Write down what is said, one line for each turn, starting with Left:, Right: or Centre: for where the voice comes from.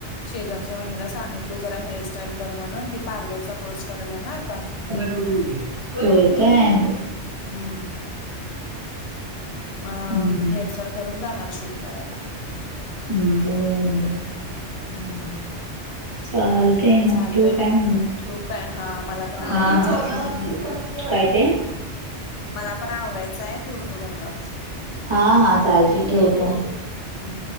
Left: शेजारच्या वहिणीला सांगितलं जरा हेअरस्टाईल कर म्हणून ती पार्लरचा कोर्स करेल ना आता.
Right: होय काय?
Left: हम्म, मं
Right: हम्म
Left: हेअरस्टाईल करून जाणार शूटं करायला.
Right: हम्म, बरं- बरं.
Left: हम्म,
Right: चालंते मग
Left: चालतय
Right: ठिऊ काय म्हणलं?
Left: ठेवू काय हा मला पण आवरायचं
Right: हा-हा.
Left: आहे ग
Right: काय ते?
Left: मला पण आवरायचं आहे ठेवतो म्हणलं.
Right: हा -हा, चालंते ठेवतो.
Left: हम्म.